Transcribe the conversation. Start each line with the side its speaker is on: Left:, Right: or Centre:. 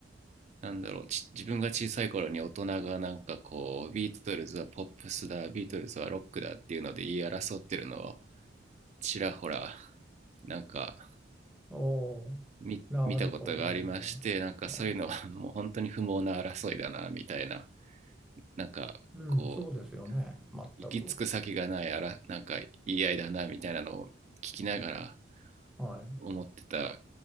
Right: なんだろう自分が小さい頃に大人がなんかこうビートルズはポップスだビートルズはロックだっていうので言い争ってるのをちらほらなんか
Centre: お
Right: 見、
Centre: ーなるほどね。
Right: 見たことがありまして、なんかそういうのは
Centre: あー
Right: <laughs> もう本当に不毛な争いだな、みたいな、なんかこう、
Centre: うん、そうですよね。全く。
Right: 行き着く先がないあら、なんか言い合いだな、みたいなのを聞きながら
Centre: はい。
Right: 思ってた